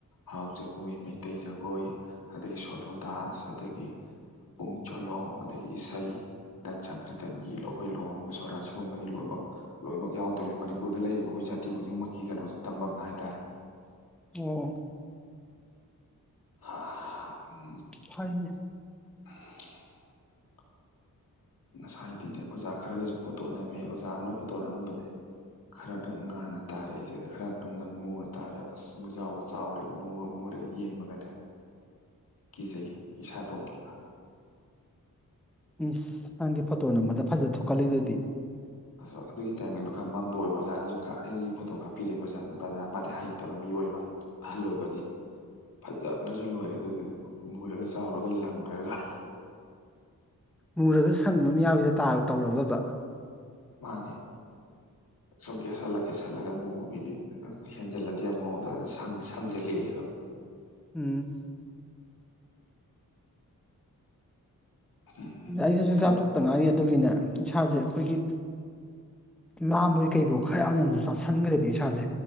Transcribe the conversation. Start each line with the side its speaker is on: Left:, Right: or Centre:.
Left: ꯍꯥꯎ ꯖꯒꯣꯏ ꯃꯩꯇꯩ ꯖꯒꯣꯏ ꯑꯗꯒꯤ ꯁꯣꯂꯣ ꯗꯥꯟꯁ ꯑꯗꯒꯤ ꯄꯨꯡ ꯆꯣꯂꯣꯝ ꯑꯗꯒꯤ ꯏꯁꯩ ꯅꯅꯥꯠ ꯁꯪꯀ꯭ꯔꯤꯇꯟꯒꯤꯈꯣꯏ ꯂꯨꯍꯣꯡꯕ ꯁꯣꯔꯥꯠ ꯁꯤꯒꯨꯝꯕꯒꯤ ꯂꯣꯏꯅꯃꯛ ꯂꯣꯏꯅꯃꯛ ꯌꯥꯎꯗꯣꯏꯅꯤ ꯃꯅꯤꯄꯨꯔ ꯃꯄꯨꯔꯗ ꯂꯩꯔꯤꯕ ꯑꯩꯈꯣꯏ ꯖꯥꯇꯤ ꯈꯨꯗꯤꯡꯃꯛꯀꯤ ꯀꯩꯅꯣꯁꯦ ꯇꯝꯕꯝ ꯍꯥꯏꯇꯥꯔꯦ
Centre: ꯑꯣ
Left: ꯍꯥ ꯎꯝ
Centre: ꯐꯥꯏꯒꯤ
Left: ꯍꯝ ꯉꯁꯥꯏꯗꯤꯅꯦ ꯑꯣꯖꯥ ꯈꯔꯒꯁꯨ ꯐꯣꯇꯣ ꯅꯝꯃꯦ ꯑꯣꯖꯥ ꯑꯃꯅ ꯉꯥꯁꯥꯏꯗꯤꯅꯦ ꯑꯣꯖꯥ ꯈꯔꯒꯁꯨ ꯑꯣꯖꯥ ꯑꯃꯅ ꯐꯣꯇꯣ ꯅꯝꯍꯟꯕꯗꯩ ꯈꯔꯅ ꯉꯥꯟꯟꯅ ꯇꯥꯔꯦ ꯑꯩꯁꯦ ꯑꯗ ꯈꯔ ꯃꯨꯅ ꯇꯥꯔꯦ ꯑꯁ ꯃꯨꯖꯥꯎꯒ ꯆꯥꯎꯔꯦ ꯃꯨꯒ ꯃꯨꯔꯦ ꯌꯦꯡꯕꯒꯅꯦ ꯀꯤꯖꯩ ꯏꯁꯥꯇꯣꯝꯗ
Centre: ꯏꯁꯁ ꯅꯪꯗꯤ ꯐꯣꯇꯣ ꯅꯝꯕꯗ ꯐꯖ ꯊꯣꯛꯀꯜꯂꯤꯗꯨꯗꯤ
Left: ꯑꯗꯣ ꯑꯗꯨꯒꯤ ꯇꯥꯏꯃꯤꯡꯗꯨꯣ ꯈꯔ ꯃꯝꯕ ꯑꯣꯏꯕ ꯑꯣꯖꯥꯅꯁꯨ ꯑꯩꯒꯤ ꯐꯣꯇꯣ ꯀꯥꯞꯄꯤꯔꯛꯏꯕ ꯑꯣꯖꯥꯗꯨꯁꯨ ꯇꯥꯖꯥꯅ ꯃꯥꯗꯤ ꯍꯩꯇꯕ ꯃꯤ ꯑꯣꯏꯕ ꯑꯍꯜ ꯑꯣꯏꯕꯒꯤ ꯐꯖꯕꯅꯁꯨ ꯂꯣꯏꯔꯦ ꯑꯗꯨꯗꯤ ꯃꯨꯔꯒ ꯆꯥꯎꯔꯒ ꯂꯪꯉꯒ
Centre: ꯃꯨꯔꯒ ꯁꯪꯕ ꯑꯝ ꯌꯥꯌꯤꯗꯨ ꯇꯔ ꯇꯧꯔꯕꯕ
Left: ꯃꯥꯅꯦ ꯁꯨꯝ ꯀꯦꯁꯜꯂ ꯀꯦꯁꯜꯂꯒ ꯃꯨꯕ ꯃꯤꯗꯤ ꯑꯩꯈꯣꯏ ꯍꯦꯟꯖꯜꯂꯗꯤ ꯌꯥꯝ ꯉꯧꯗ ꯁꯪ ꯁꯪꯖꯜꯂꯛꯑꯦꯗꯣ
Centre: ꯎꯨꯝ
Left: ꯎꯝ
Centre: ꯑꯩꯁꯨ ꯆꯥꯛꯆꯥ
Left: ꯀꯩ-
Centre: ꯇꯣꯛꯇꯥ ꯉꯥꯏꯔꯤ ꯑꯗꯨꯒꯤꯅ ꯏꯁꯥꯁꯦ ꯑꯩꯈꯣꯏꯒꯤ ꯂꯥꯝꯕꯒꯤ ꯀꯩꯐꯣ ꯈꯔ ꯌꯥꯝ ꯌꯥꯝꯁꯨ ꯆꯥꯁꯟꯈ꯭ꯔꯦꯕ ꯏꯁꯥꯁꯦ